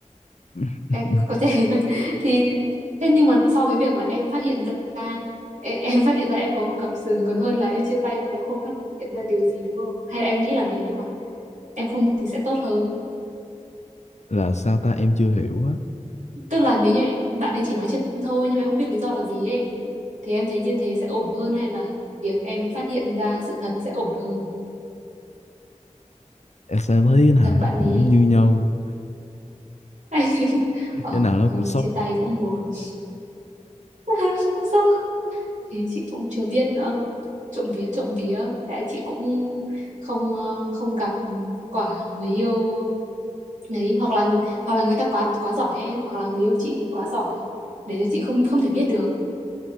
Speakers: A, on the left (about 65°); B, on the right (about 80°).
A: <laughs>
B: em có thể <laughs> thì thế nhưng mà so với việc là em phát hiện ra e- em phát hiện ra em có một cặp sừng còn hơn là em chia tay mà em không phát hiện ra điều gì đúng không hay là em nghĩ là nếu như mà em không thì sẽ tốt hơn
A: là sao ta em chưa hiểu á
B: tức là nếu như bạn ấy chỉ nói trên thôi nhưng em không biết lý do là gì ấy thì em thấy như thế sẽ ổn hơn hay là việc em phát hiện ra sự thật sẽ ổn hơn
A: em sẽ thấy cái
B: Sự
A: nào
B: thật
A: nó
B: bạn
A: cũng
B: ý
A: như nhau
B: <laughs> em thấy ờ
A: cái nào nó
B: thôi
A: cũng sốc
B: chia tay cũng buồn <laughs> cũng sốc thế chị cũng chưa biết nữa trộm vía trộm vía tại chị cũng không ờ, không gặp quả người yêu đấy hoặc là hoặc là người ta quá quá giỏi em hoặc là người yêu chị quá giỏi để cho chị không không thể biết được